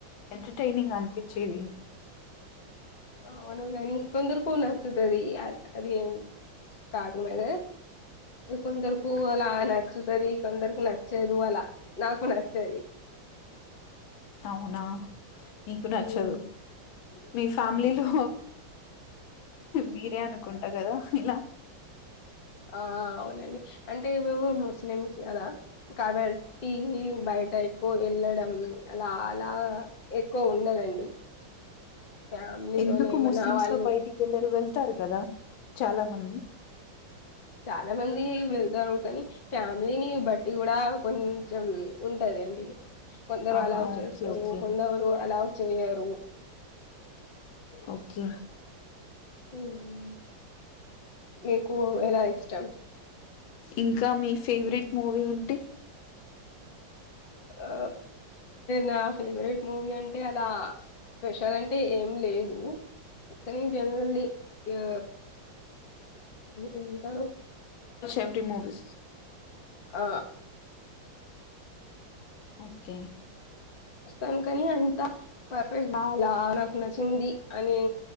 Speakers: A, on the left; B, on the left.
A: ఎంటర్టైనింగ్ అనిపించేది
B: అవును గానీ కొందరు నచ్చాది అ అది కార్డుమీద కొందరికు అలా నచ్చుతుది కొందరికి నచ్చదు అలా నాకు నచ్చేది
A: అవునా నీకు నచ్చదు
B: మ్మ్
A: మీ ఫ్యామిలీలో మీరే అనుకుంటా కదా ఇలా
B: ఆ అవునండి అంటే మేము ముస్లిమ్స్ కదా కాబట్టి బయట పోయి వెళ్ళడం అలా అలా ఎక్కువ ఉండదండి ఫ్యామిలీతోనే
A: ఎందుకు
B: ఏమైనా
A: ముస్లిమ్స్
B: వాళ్ళు
A: లో బయటికి వెళ్లరు వెళ్ వెళ్తారు కదా చాలా మంది
B: చాలా మంది వెళ్తారు కానీ ఫ్యామిలీని బట్టి కూడా కొంచెం ఉంటదండి కొందరు
A: ఆహా
B: అలావ్ చేస్తారు,
A: ఓకే ఓకే
B: కొందరు అలావ్ చేయరు
A: ఓకే
B: మ్మ్ మీకు ఎలా ఇష్టం
A: ఇంకా మీ ఫేవరెట్ మూవీ ఏంటి
B: ఆ నా ఫేవరెట్ మూవీ అంటే అలా స్పెషల్ అంటే ఏం లేదు కనీ జనరేల్లి ఆ ఏమంటారు
A: ఎంప్టీ మూవీస్
B: ఆ
A: ఓకే
B: వస్తాను కానీ అంత పర్ఫెక్ట్ బాల నాకు నచ్చింది అని